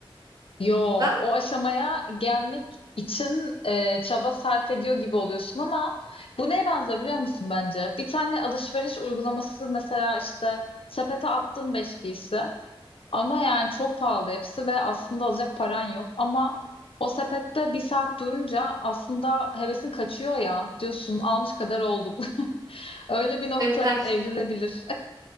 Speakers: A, on the left (about 75°); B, on the right (about 40°).
A: Yo,
B: Ben
A: o aşamaya gelmek için e, çaba sarf ediyor gibi oluyorsun ama bu neye benziyor biliyor musun bence? Bir tane alışveriş uygulaması mesela işte sepete attın beş giysi ama yani çok pahalı hepsi ve aslında alacak paran yok ama o sepette bir saat durunca aslında hevesin kaçıyor ya diyorsun almış kadar oldum. <laughs> Öyle bir noktaya
B: evet her şey,
A: evrilebilir.